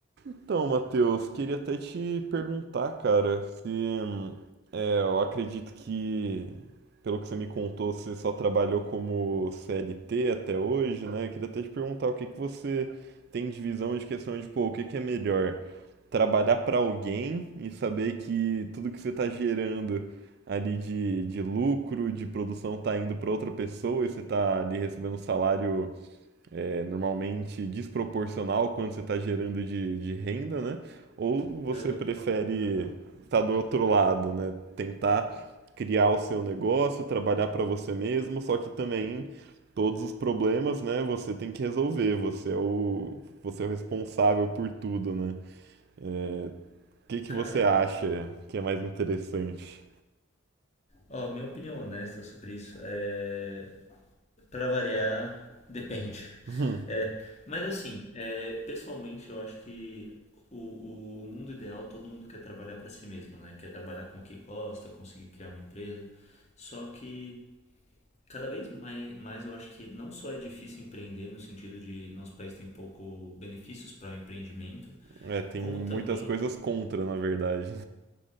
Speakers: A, on the right; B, on the left.
A: Então, Matheus, queria até te perguntar, cara, se hum, é, eu acredito que, pelo que você me contou, você só trabalhou como CLT até hoje, né? Queria até te perguntar o que que você tem de visão de questão de, pô, o que que é melhor? Trabalhar para alguém e saber que tudo que você está gerando ali de, de lucro, de produção, tá indo para outra pessoa e você tá ali recebendo um salário é, normalmente desproporcional ao quanto você está gerando de, de renda, né? Ou você
B: Aham.
A: prefere estar do outro lado, né? Tentar criar o seu negócio, trabalhar para você mesmo, só que também todos os problemas, né? Você tem que resolver, você é o, você é o responsável por tudo, né? É, o que que
B: Cara,
A: você acha que é mais interessante?
B: ó, minha opinião honesta sobre isso é, para variar, depende.
A: <laughs>
B: É, mas assim, é, pessoalmente eu acho que o, o mundo ideal todo mundo quer trabalhar para si mesmo, né? Quer trabalhar com o que gosta, conseguir criar uma empresa. Só que cada vez mai- mais, eu acho que não só é difícil empreender no sentido de nosso país tem pouco benefícios para o empreendimento,
A: É, tem
B: como
A: muitas
B: também
A: coisas contra, na verdade.